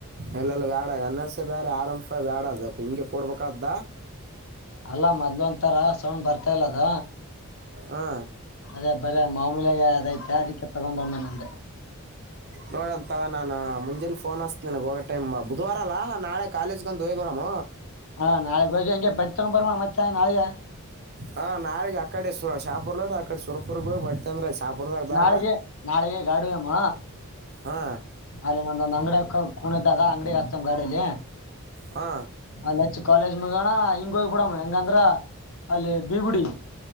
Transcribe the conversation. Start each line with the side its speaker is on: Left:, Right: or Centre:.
Right: ಎಲ್ಲೆಲ್ಲ ಬ್ಯಾಡ ಎನ್ಸ ಬೇರೆ ಆರಾಮ್ ಬ್ಯಾಡ ಅದ ಹಿಂಗೆ ಕೊಡ್ಬೇಕ್ದ
Left: ಅಲ್ಲಾ ಮೊದ್ಲ ಒಂತ ತರ ಸೌಂಡ್ ಬರ್ತಾ ಇಲ್ಲ ಅದ
Right: ಹಾ
Left: ಅದೇ ಬರ ಮಾಮೂಲ್ಯಾಗ ಅದಐತೆ ಅದಕ್ಕೆ ತಗೊಂಡೊಮ್ಮೆ ನ ಅಂದೆ
Right: ನೋಡಂತವ ನಾ ಮುಂಜೆ ಫೋನ್ ಹಸ್ತ ನನಗೆ ಹೋಗೋ ಟೈಮ್ ಬುಧವಾರ ಅಲ್ಲ ನಾಳೆ ಕಾಲೇಜ್ಗಂಡ ಹೋಯ್ ಬರಾಮ
Left: ಹಾ ನಾಳೆ ಹೋಗಿಂಗೆ ಬಡ್ ತಗೊಂಡ ಬರೋ ಮತ್ತೆ ನಾಳೆ
Right: ಹಾ ನಾಳಗ್ ಅಕಡೆ ಸು ಶಾಪುರ್ ನೋ ಅಕಡೆ ಸುರಪುರ್ಗೆ ಹೋಗಿ ಬಟ್ಟತ ಅಂದ್ರೆ ಸಾಪದಾಗ ಬೇಡ
Left: ನಾಳೆಗೆ ನಾಳೆಗೆ ಗಾಡಿ ಅಮ್ಮ
Right: ಹಾ
Left: ಅಲ್ಲಿ ನಂದೊಂದ್ ಅಂಗಡಿಯ ಕುಣ್ದ ಅದ ಅಂಗಡಿ ಹಚ್ಚಮ ಗಾಡಲ್ಲಿ
Right: ಹಾ
Left: ಅಲ್ಲಿ ಹಚ್ಚು ಕಾಲೇಜ್ ಮುಗೋಣ ಹಿಂಗ ಹೋಗ್ಬ ಬಿಡಮ್ ಹೆಂಗಂದ್ರ ಅಲ್ಲೇ ಬೀಗುಡಿ